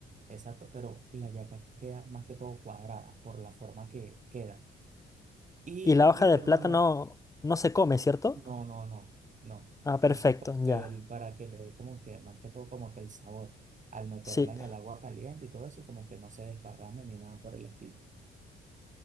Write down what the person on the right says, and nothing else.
Exacto, pero la yaca queda más que todo cuadrada por la forma que queda. Y
listo,
hermano.
No, no, no, no.
Eso es como que
el, para que le dé como que, más que todo como que el sabor, al meterla
en el agua caliente y todo eso, y como que no se desparrame ni nada por el estilo.